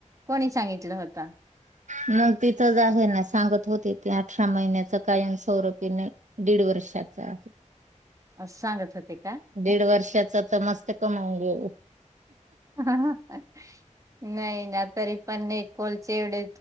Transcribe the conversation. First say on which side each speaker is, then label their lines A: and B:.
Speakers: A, on the right; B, on the right.
A: कोणी सांगितलं होतं?
B: मग तिथंच आहे ना सांगत होती, ते अठरा महिन्याच कायमस्वरूपी नाही दीड वर्षाचा
A: असं सांगत होते का
B: दीड वर्षाच तर मस्त कमावून गेल.
A: हा हा नाही ना तरी पण एक कोलचे एवढे